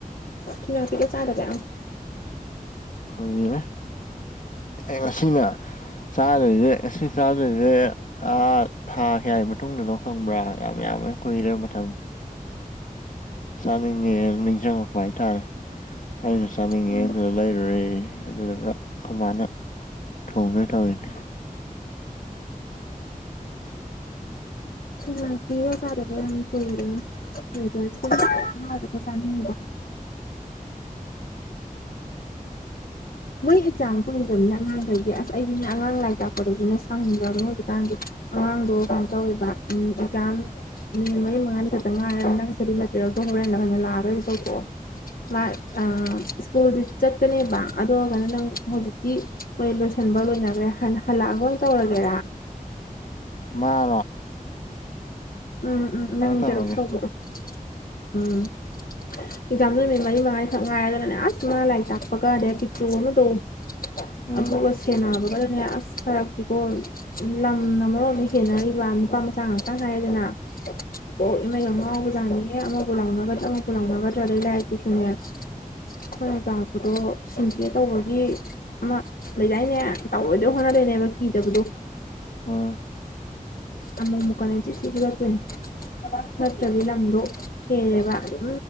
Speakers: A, on the left; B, on the left.
A: ꯊꯅꯄꯤꯒ ꯆꯗꯦ ꯑ ꯀ
B: ꯍꯣꯏꯅꯦ ꯉꯁꯤꯅ ꯆꯥꯔꯁꯦ ꯆꯥꯅꯦ ꯑ ꯊꯥ ꯀꯌꯥꯒꯤ ꯃꯇꯨꯡꯗꯅꯣ ꯈꯪꯕ꯭ꯔꯥ ꯌꯥꯝ ꯌꯥꯝ ꯀꯨꯏꯔꯕ ꯃꯇꯝ ꯆ ꯅꯅꯦ ꯅ ꯆꯅ ꯀ ꯍꯥꯏꯇꯥꯔꯦ ꯑꯩꯅ ꯆꯥꯅꯤꯡꯉꯦ
A: ꯎꯝ
B: ꯂꯩ ꯇꯨꯔꯦ ꯑꯗꯨꯗꯨꯒ ꯁꯃꯥꯏꯅ ꯊꯣꯡꯅ ꯇꯧꯋꯅꯤ
A: ꯁꯤꯔꯒꯦ ꯐ ꯃꯣꯏ ꯑꯦꯛꯖꯥꯝ ꯀꯨꯏꯗ꯭ꯔꯕꯅꯤ ꯑꯉꯥꯡꯈꯗꯤ ꯑꯁ ꯑꯩꯒꯤꯅꯦ ꯑꯉꯥꯡ ꯂꯥꯏꯔꯤꯛ ꯇꯥꯛꯄꯗꯁꯨ ꯅꯣꯏ ꯁꯪꯖꯔꯅꯤ ꯍꯧꯖꯤꯛꯀꯥꯟꯗꯤ ꯑꯉꯥꯡꯗꯣ ꯀꯩꯅꯣ ꯇꯧꯋꯦꯕ ꯎꯝ ꯑꯦꯛꯖꯥꯝ ꯃꯤ ꯃꯔꯤ ꯃꯉꯥꯟꯅꯤ ꯀꯇꯉ ꯁꯗꯤ ꯃꯥꯅꯔ ꯇꯣ ꯃꯥ ꯑ ꯁꯀꯨꯜ ꯆꯀꯅꯤ ꯑꯗꯨꯔꯒꯅ ꯅꯪ ꯍꯧꯖꯤꯛꯇꯤ ꯍꯣꯏ ꯂꯣꯏꯁꯤꯟꯕ ꯂꯣꯏꯅꯈ꯭ꯔꯦ ꯍꯜꯂꯛꯑꯒ ꯑꯣꯏꯅ ꯇꯧꯔꯒꯦꯔꯥ
B: ꯃꯥ
A: ꯎꯝ ꯎꯝ ꯅꯪ
B: ꯇꯧꯔꯒꯦ
A: ꯦꯔꯣ ꯇꯧꯕꯗꯣ ꯎꯝ ꯑꯦꯛꯖꯥꯝꯗ ꯅꯨꯃꯤꯠ ꯃꯔꯤ ꯃꯉꯥꯏꯈꯛ ꯉꯥꯏꯔꯗꯅꯅꯦ ꯑꯁ ꯉꯥ ꯂꯥꯏꯔꯤꯛ ꯆꯥꯛꯄꯒꯔꯦ ꯀꯤꯆꯨ ꯑꯃ ꯇꯣꯑꯣ
B: ꯎꯝ
A: ꯑ ꯀꯁ ꯁꯦꯟꯅꯅꯕꯒꯗꯅꯦ ꯑꯁ ꯐꯔꯛꯇꯤꯀꯣ ꯂꯝ ꯑꯃꯔꯣꯝꯗ ꯍꯦꯟꯅꯔꯤꯕ ꯅꯨꯄꯥ ꯃꯆꯥ ꯉꯥꯛꯇ ꯍꯥꯏꯔꯗꯅ ꯑꯣ ꯏꯃꯩ ꯑꯃꯕꯖꯥꯅꯤ ꯑꯃꯥꯕꯨ ꯂꯥꯡꯅꯒꯠ ꯑ ꯑꯃꯃꯕꯨ ꯀꯧꯕ ꯂꯥꯡꯉꯒꯠꯔ ꯂꯥꯏꯀꯤ ꯁꯅꯦꯌꯥ ꯍꯣꯏ ꯇꯥꯛꯄꯗꯣ ꯁꯤꯡꯒꯦ ꯇꯧꯕꯒꯤ ꯑꯃ ꯂꯩꯗꯥꯏꯅꯦ ꯇꯥꯎꯑꯣꯏꯗꯣꯏ ꯍꯣꯠꯅꯔꯅꯦꯕ ꯀꯤꯗꯕꯗꯣ
B: ꯑꯣꯥ
A: ꯑꯃꯃ ꯃꯀ ꯂꯩ ꯁꯤꯈꯤꯕꯈꯤꯕ ꯐ꯭ꯔꯦꯟ ꯍꯠꯇꯒꯤ ꯂꯝꯗꯣ ꯍꯦꯔꯦꯕ ꯑꯗꯨꯝ